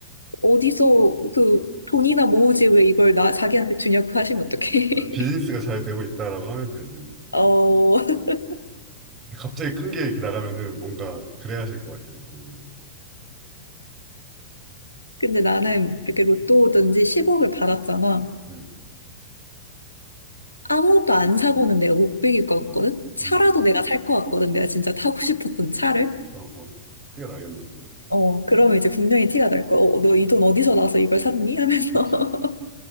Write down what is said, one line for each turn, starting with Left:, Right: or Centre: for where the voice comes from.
Left: 어디서 그 돈이나 모으지 왜 이걸 나 자기한테 주냐고 하시면 어떡해?
Right: 아, 비즈니스가
Left: <laughs>
Right: 잘 되고 있다라고 하면 되지. 근데
Left: 어 <laughs>
Right: 갑자기 큰 게 이렇게 나가면은 뭔가 그래 하실 것 같아. 어, 음,
Left: 근데 나는 그렇게
Right: 음,
Left: 로또든지 10억을 받았잖아.
Right: 음,
Left: 아무것도 안 사고는 내가 못 빌릴 것 같거든. 차라도
Right: 음,
Left: 내가 살 것 같거든. 내가 진짜 타고 싶었던 차를.
Right: 어, 어, 뛰어나겠네.
Left: 어, 그러면 이제 분명히 티가 날 거야. 어, 너 이 돈 어디서 나서 이걸 샀니? 하면서.
Right: 그치,
Left: <laughs>